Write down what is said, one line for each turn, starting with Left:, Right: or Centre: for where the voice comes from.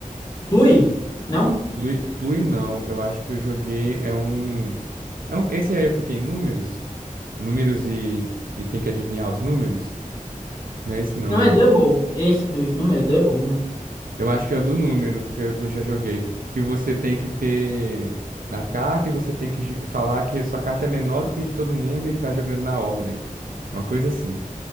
Left: Clue? Não?
Right: Plui, Plui não, eu acho que eu joguei é um, é um esse aí é o que tem números, números e, e tem que adivinhar os números? Não é esse não,
Left: Não
Right: né?
Left: é Double. Esse dois Não é Double, não.
Right: Eu acho que é o do número que eu eu já joguei, que você tem que ter a carta e você tem que ju- falar que a sua carta é menor do que a de todo mundo e vai jogando na ordem. Uma coisa assim.